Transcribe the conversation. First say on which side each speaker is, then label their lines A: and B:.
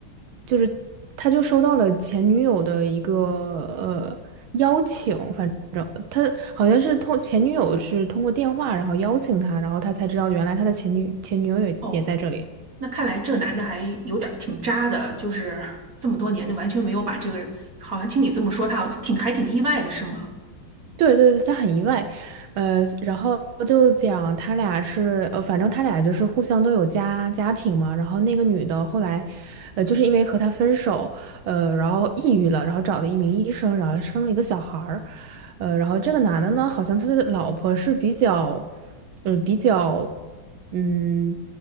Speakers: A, on the right (about 85°); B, on the right (about 45°).
A: 就是他就收到了前女友的一个呃邀请，反正他好像是通前女友是通过电话，然后邀请他，然后他才知道原来他的前女前女友也也在这里。
B: 哦。那看来这个男的还有点儿挺渣的，就是这么多年就完全没有把这个人，好像听你这么说，他好像挺还挺意外的，是吗？
A: 对对对，他很意外，呃，然后就讲他俩是，呃，反正他俩就是互相都有家家庭嘛，然后那个女的后来，呃，就是因为和他分手，呃，然后抑郁了，然后找了一名医生，然后生了一个小孩儿，呃，然后这个男的呢，好像他的老婆是比较，嗯，比较，嗯，